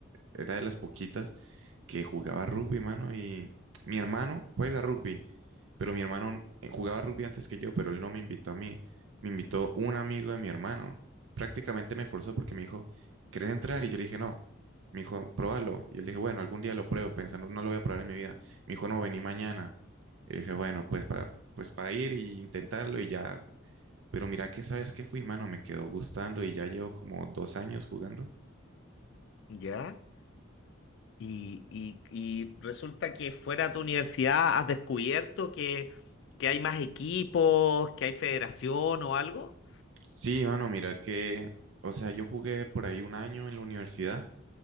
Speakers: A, on the right; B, on the left.
A: era de las poquitas que jugaba rugby, mano, y mi hermano juega rugby pero mi hermano eh, jugaba rugby antes que yo, pero él no me invitó a mí. Me invitó un amigo de mi hermano. Prácticamente me forzó porque me dijo, ¿querés entrar? Y yo le dije, no. Me dijo, pruébalo. Y yo le dije, bueno, algún día lo pruebo, pensando, no lo voy a probar en mi vida. Me dijo, no, vení mañana. Y dije, bueno, pues para pues para ir y intentarlo y ya. Pero mira que sabes que fui, mano, me quedó gustando y ya llevo como dos años jugando.
B: ¿Ya? Y, y- y resulta que fuera de tu universidad has descubierto que, que hay más equipos, que hay federación o algo.
A: Sí, mano, mira que, o sea, yo jugué por ahí un año en la universidad